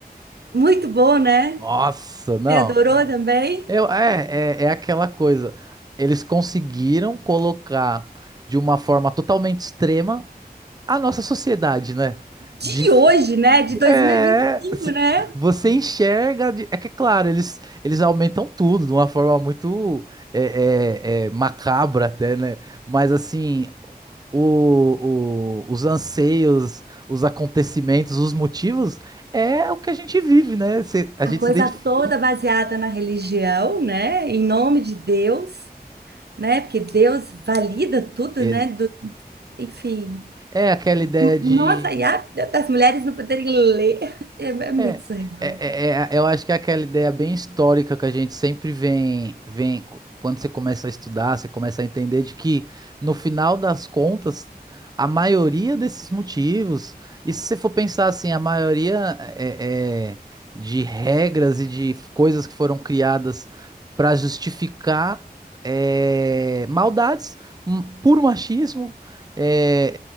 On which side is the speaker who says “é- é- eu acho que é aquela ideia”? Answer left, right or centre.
Right